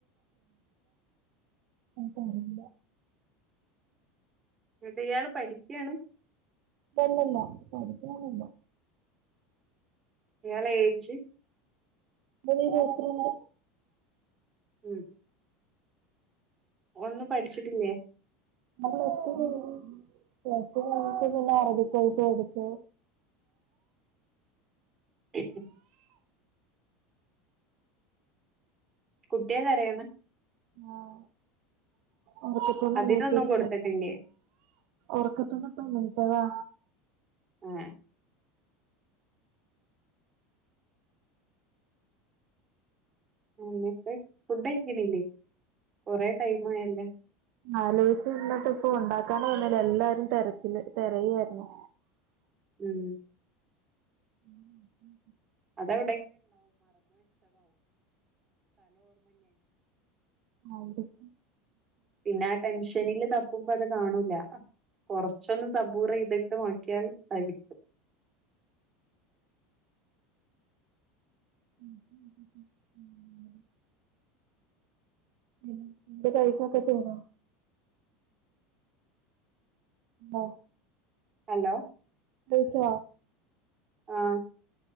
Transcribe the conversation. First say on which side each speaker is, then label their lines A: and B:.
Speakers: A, on the right; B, on the right.
A: എനിക്ക് അറിയില്ല
B: എന്നിട്ട് ഇയാള് പഠിക്കയാണ്
A: ഹല്ലല്ല പഠിക്കാനനുല്ലോ
B: ഇയാളെ ഏജ്
A: ഇരുമ്പത്തി രണ്ട്
B: ഉം ഒന്നും പഠിച്ചിട്ടില്ലേ
A: ഞാൻ പ്ലാസ്റ്റു ക്ലിയർ പ്ലാസ്റ്റു കഴിഞ്ഞിട്ട് പിന്നെ അറബികോയ്‌സ് പഠിച്ചു
B: <unintelligible> കുട്ടിയകരയുന്ന
A: ആഹ ഓർക്കത്ത്ന്ന്
B: അതിനൊന്നും
A: എണീറ്റിരിക്ക
B: കൊടുത്തിട്ടില്ലേ
A: ഒക്കത്ത്ന്ന് പോ നിറ്റതാ
B: ഹെ എന്നിട്ട് ഫുഡ്ഴിക്കണില്ലേ കൊറെ ടൈം ആയല്ലേ
A: ആലോചിച് ഇറിണപ്പാ ഇപ്പ ഉണ്ടാക്കൻ നിന്നില്ല എല്ലാരും തിരച്ചില് തിരയായിരുന്നു
B: ഉം
A: <inaudible>
B: അതെ
A: ആയിരം
B: പിന്നെ ആ ടെൻഷനില് തപ്പുമ്പോ അത് കാണൂല കൊറച്ചൊന്ന് സപൂർചെയ്‌ത് നോക്കിയാൻ ആയിരിക്കും
A: <unintelligible> മ് എന്റെ കഴിക്കൊക്കെ ചെയോണോ ആഹ
B: ഹലോ
A: കഴിച്ചേ
B: ആഹ